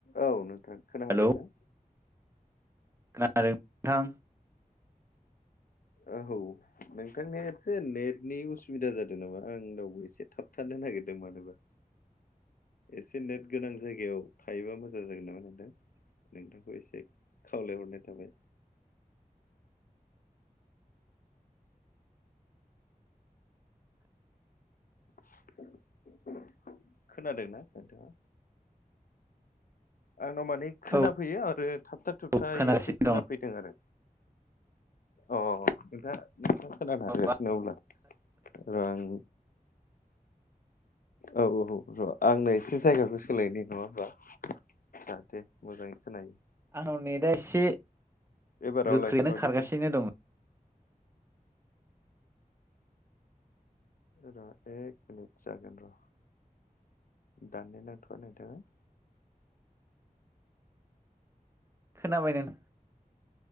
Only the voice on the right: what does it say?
हेलौ
खोनादों नोंथां
औ
औ खोनागासिनो
दं
आंना नेदा एसे
गोख्रैनो
खारगासिनो
दङ।
खोनाबाय नोंथां